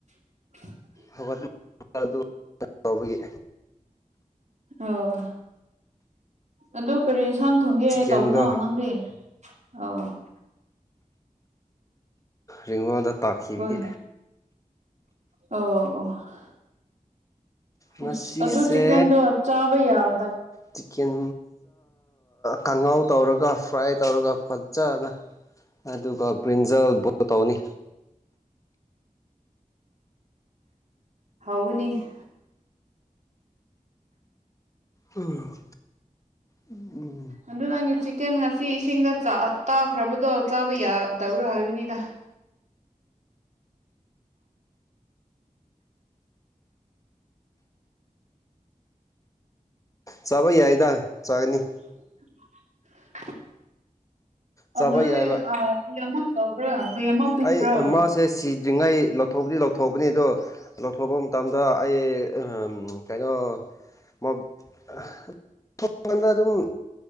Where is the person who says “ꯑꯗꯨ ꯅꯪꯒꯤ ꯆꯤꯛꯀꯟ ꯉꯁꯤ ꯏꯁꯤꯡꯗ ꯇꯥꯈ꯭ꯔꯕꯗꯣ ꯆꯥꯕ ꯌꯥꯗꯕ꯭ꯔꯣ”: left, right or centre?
Right